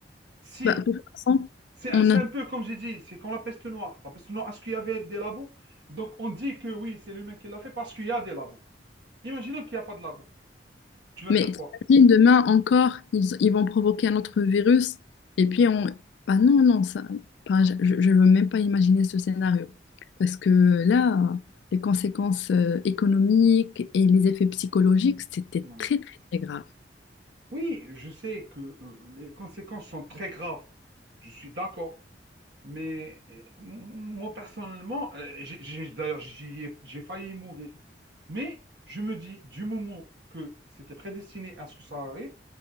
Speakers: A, on the right; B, on the left.
A: Si,
B: bah, de toute façon,
A: c'est un
B: on
A: c'est
B: a
A: un peu comme j'ai dit, c'est quand la peste noire. La peste noire, est-ce qu'il y avait des labos? Donc on dit que oui, c'est l'humain qui l'a fait parce qu'il y a des labos. Imaginons qu'il n'y a pas de labos. Tu vas
B: Mais
A: dire quoi?
B: t'imagines, demain encore, ils, ils vont provoquer un autre virus et puis on... Bah non, non, ça, bah, je ne veux même pas imaginer ce scénario. Parce que là, les conséquences euh, économiques et les effets psychologiques, c'était
A: Ouais.
B: très, très, très grave.
A: Oui, je sais que euh, les conséquences sont très graves. Je suis d'accord. Mais euh, moi, personnellement, euh, j'ai, j'ai- d'ailleurs, j'y ai- j'ai failli y mourir. Mais je me dis, du moment que c'était prédestiné à ce que ça arrive,